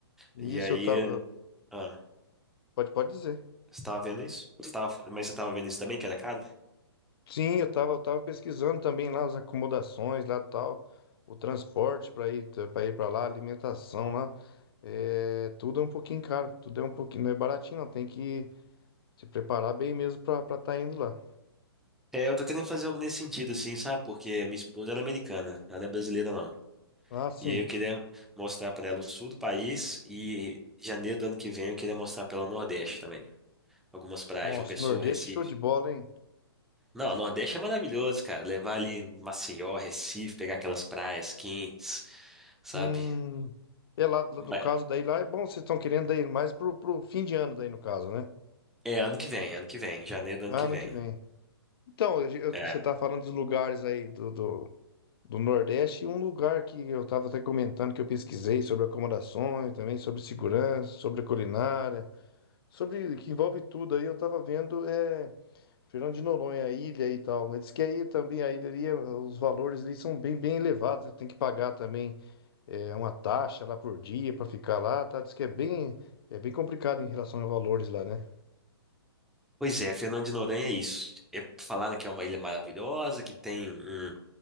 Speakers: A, on the left; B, in the centre.
A: isso
B: E aí,
A: eu tava,
B: ah,
A: pode pode dizer.
B: você tava vendo isso? Você tava, mas você tava vendo isso também, que era caro?
A: Sim, eu tava, eu tava pesquisando também lá as acomodações lá tal, o transporte para ir para ir para lá, alimentação lá. É, tudo é um pouquinho caro, tudo é um pouquinho, não é baratinho, não, tem que se preparar bem mesmo para estar indo lá.
B: É, eu tô querendo fazer algo nesse sentido, assim, sabe? Porque minha esposa, ela é americana, ela não é brasileira, não.
A: Ah, sim.
B: E aí eu queria mostrar pra ela o sul do país e janeiro do ano que vem eu queria mostrar pra ela o Nordeste também. Algumas praias,
A: Nossa,
B: João Pessoa,
A: Nordeste
B: Recife.
A: é show de bola, hein?
B: Não, o Nordeste é maravilhoso, cara. Levar ali Maceió, Recife, pegar aquelas praias quentes. sabe?
A: Hum, é lá, lá
B: Mas-
A: no caso daí lá é bom, vocês estão querendo daí mais pro, pro fim de ano daí no caso, né?
B: É ano que vem, ano que vem, janeiro do ano
A: Ah,
B: que
A: Ano
B: vem.
A: que vem. Então, eu- eu-
B: É.
A: você tá falando dos lugares aí do, do, do Nordeste, e um lugar que eu tava até comentando que eu pesquisei sobre acomodações, também sobre segurança, sobre culinária, sobre que envolve tudo aí, eu tava vendo é Fernando de Noronha, a ilha e tal, mas diz que aí também a ilha ali, eh, os valores ali são bem bem elevados, tem que pagar também é uma taxa lá por dia para ficar lá, tá? Diz que é bem, é bem complicado em relação a valores lá, né?
B: Pois é, Fernando de Noronha é isso. É, falaram que é uma ilha maravilhosa, que tem um,